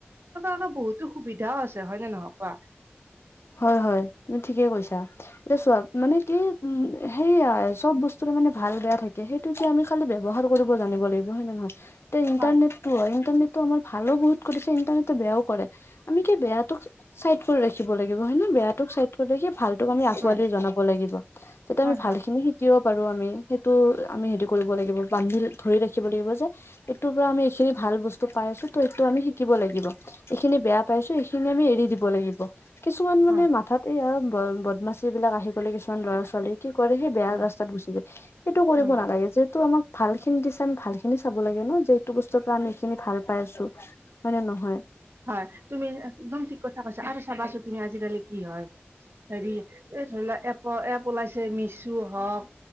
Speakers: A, on the right (about 65°); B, on the left (about 75°).
A: আকৌ বহুতো সুবিধাও আছে হয় ননে নহয় কোৱা
B: হয়ঁ হয়ঁ তুমি ঠিকে কৈছা। এতিয়া চোৱা, মানে কি উম' সেইয়া চব বস্তুৰে মানে ভাল বেয়া থাকে। সেই সেইটোকে আমি খালি ব্যৱহাৰ কৰিব জানিব লাগিব হয় নে নহয়, এতিয়া ইণ্টাৰনেট
A: হয়
B: সেইটো হয়। ইণ্টাৰনেটটো আমাৰ ভালো বহুত কৰিছে, ইণ্টাৰনেটটো বেয়াও কৰে। আমি কি বেয়াটো চাইড কৰি ৰাখিব ৰাখিব লাগিব, হয় নে বেয়াটোক চাইড কৰি ভালতোক আমি আকোঁৱালি
A: হয়
B: জনাব লাগিব। যাতে
A: হয়
B: আমি ভাল
A: হয়
B: খিনি কিয় পাৰোঁ আমি সেইটো আমি হেৰি কৰিব লাগিব, বান্ধি ধৰি ৰাখিব লাগিব যে এইটোৰ পৰা আমি এইখিনি ভাল বস্তু পাই আছোঁ, ত সিটো আমি শিকিব লাগিব। এইখিনি বেয়া পাইছোঁ, সিখিনি আমি এৰি দিব লাগিব। কিছুমান মানে
A: হয়
B: মাথাতে আৰু বদমাচি বিলাক আহি গ'লে কিছুমান ল'ৰা-ছোৱালী। কি কৰে সেই বেয়া
A: হয়
B: ৰাস্তাত গুচি যায়, সেইটো কৰিব
A: উম
B: নালাগে। যিহেতু আমাক ভাল খিনি দিছে, আমি ভাল খিনি চাব লাগে ন, যে এইটো বস্তুৰ পৰা আমি এইখিনি ভাল পাই আছোঁ। হয় নে নহয়?
A: হয়, তুমি একদম ঠিক কথা কৈছা আৰু চাবাছোন তুমি আজিকালি কি হয় হেৰি এই ধৰি লোৱা এপ এপ ওলাইছে মিছু হওক